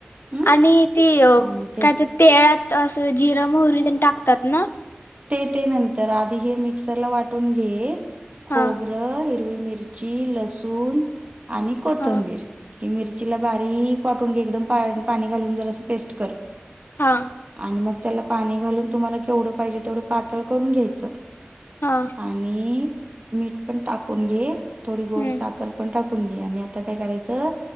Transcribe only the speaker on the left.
आणि ती
काय त्यात. तेळात असं जिर, मोहंरी त्यांनी टाकतात ना
हा
हा
हा.
हा
हम्म